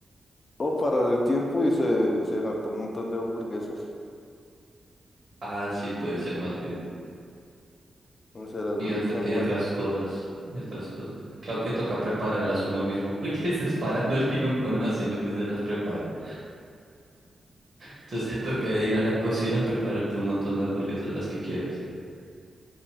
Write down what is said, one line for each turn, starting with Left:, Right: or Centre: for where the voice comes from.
Left: O parar el tiempo y se, se hartó un montón de hamburguesas.
Right: Ah, sí, puede ser más bien.
Left: No sé, las
Right: Y,
Left: dos
Right: ot-
Left: están
Right: y
Left: buenas.
Right: otras cosas, y otras cosas. Claro que toca prepararlas uno mismo porque <laughs> estás parando el tiempo, no haciendo que se las preparen. Entonces te toca ir a la cocina a prepararte un montón de hamburguesas, las que quieras.